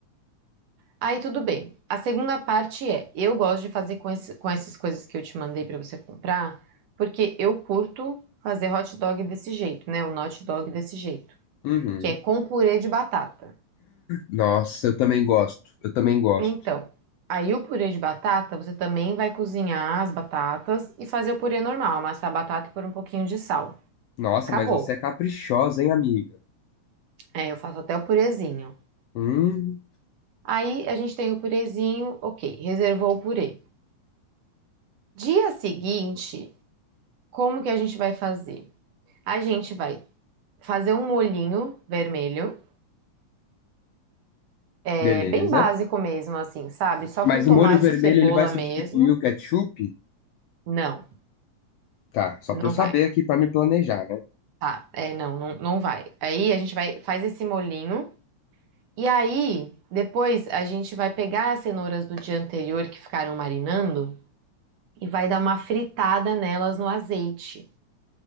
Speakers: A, on the right; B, on the left.
A: Aí tudo bem. A segunda parte é, eu gosto de fazer com, esse- com essas coisas que eu te mandei para você comprar, porque eu curto fazer hot dog desse jeito, né? O hot dog desse jeito,
B: Uhum.
A: que é com purê de batata.
B: Nossa, eu também gosto. Eu também gosto.
A: Então, aí o purê de batata, você também vai cozinhar as batatas e fazer o purê normal, amassar a batata e pôr um pouquinho de sal.
B: Nossa,
A: Acabou.
B: mas você é caprichosa, hein, amiga?
A: É, eu faço até o purezinho.
B: Hum,
A: Aí a gente tem o purezinho, ok, reservou o purê. Dia seguinte, como que a gente vai fazer? A gente vai fazer um molhinho vermelho, é
B: beleza.
A: bem básico mesmo, assim, sabe? Só
B: Mas
A: com tomate
B: o molho vermelho
A: e cebola
B: ele vai substituir
A: mesmo.
B: o ketchup?
A: Não,
B: Tá, só pra
A: não
B: eu saber
A: vai.
B: aqui pra me planejar, né?
A: Tá, é, não, não, não vai. Aí a gente vai, faz esse molhinho. E aí, depois a gente vai pegar as cenouras do dia anterior que ficaram marinando e vai dar uma fritada nelas no azeite,